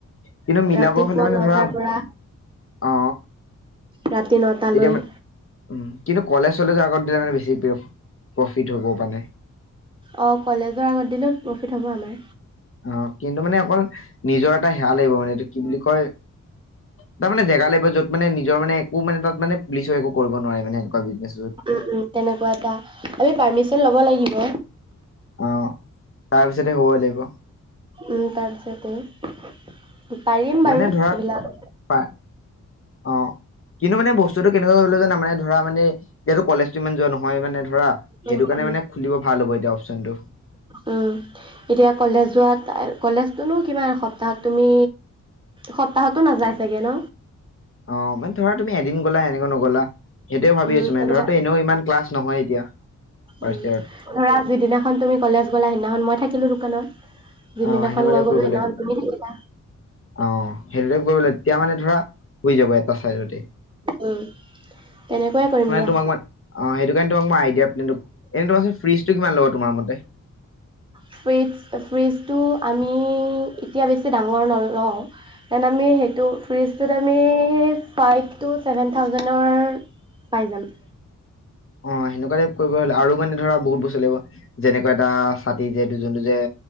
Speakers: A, on the left; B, on the right.
A: কিন্তু মিলাব
B: ৰাতিপুৱা
A: হলে মানে
B: নটাৰ
A: ধৰা
B: পৰা
A: অ
B: ৰাতি নটালৈ
A: তেতিয়া মানে উম কিন্তু কলেজ চলেজৰ আগত দিলে মানে বেছি প্ৰফিট হবও মানে
B: অ কলেজৰ আগত দিনো প্ৰফিট হ'ব আমাৰ
A: অ কিন্তু মানে অকল নিজৰ এটা সেয়া লাগিব মানে এইটো কি বুলি কয় তাৰ মানে জেগা লাগিব য'ত মানে নিজৰ মানে একো মানে তাত মানে পুলিচো একো কৰিব নোৱাৰে মানে এনেকুৱা বিজনেছত
B: উম উম তেনেকুৱা এটা আমি পাৰ্মিচন ল'ব লাগিব
A: অ তাৰ পিছতে হবই লাগিব
B: ও তাৰপিছতে পাৰিম
A: মানে
B: বাৰু
A: ধৰা
B: এইবিলাক
A: পা অ কিন্তু মানে বস্তুটো কেনেকুৱা কৰিব লাগিব জানা মানে ধৰা মানে এতিয়াটো কলেজটো ইমান যোৱা নহয় মানে ধৰা সেইটো
B: উম
A: কাৰণে
B: উম
A: মানে খুলিব ভাল হ'ব এতিয়া চন্ডো
B: উম এতিয়া কলেজ যোৱাত কলেজতোনো‌ কিমান সপ্তাহত তুমি সপ্তাহতো নাযায় চাগে ন?
A: অ মানে ধৰা তুমি এদিন গলা এনেকা নগলা সেইটোয়ে ভাবি
B: উম
A: আছো
B: তেনেকুৱা
A: মানে ধৰা এনেও ইমান ক্লাচ নহয় এতিয়া ফাৰ্ষ্ট
B: উম
A: ইয়েৰত
B: ধৰা যিদিনাখন তুমি কলেজ গলা সিদিনাখন মই থাকিলো দোকানত যোনদিনাখন
A: অ সেনেকুৱা
B: মই
A: টাইপ
B: গ'লো
A: কৰিব
B: সেইদিনাখন
A: লাগিব
B: তুমি থাকিলা
A: অ সেইতোৱে কৰিব তেতিয়া মানে ধৰা হৈ যাব এটা চাইজতে
B: উম তেনেকুৱাই কৰিম দিয়া
A: তোমাক মই অ সেইটো কাৰণে মই আইডিয়া প্লেন এ ফ্ৰিজটো কিমান ল'ব তোমাৰ মতে?
B: ফ্ৰিজ ফ্ৰিজটো আমি এতিয়া বেছি ডাঙৰ নলওঁ দেন আমি সেইটো ফ্ৰিজটোত আমি ফাইভ টু ছেভেন থাউজেনৰ পাই যাম ।
A: অ সেনেকুৱাকে কৰিব আৰু মানে ধৰা বহুত বস্তু লাগিব যেনেকুৱা এটা ছাতি যেটো যোনটো যে